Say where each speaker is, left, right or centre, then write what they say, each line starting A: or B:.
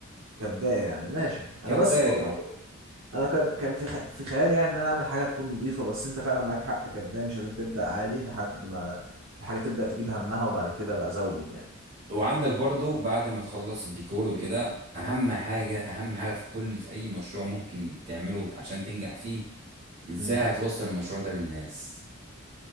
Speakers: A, on the right; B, on the right.
A: كبدايه يعني ماشي
B: كبداية
A: انا بس م...
B: اه
A: م- انا كان كان في خ... في خيالي يعني ان انا اعمل حاجه تكون نظيفه بس انت فعلا معاك حق كبدايه مش لازم تبدا عالي لحد ما الحاجه تبدا تجيب همها وبعد كده ابقى ازود يعني
B: وعندك برضو بعد ما تخلص الديكور وكده اهم حاجة اهم حاجة في كل في اي مشروع ممكن تعمله عشان تنجح فيه ازاي
A: امم
B: هتوصل المشروع ده للناس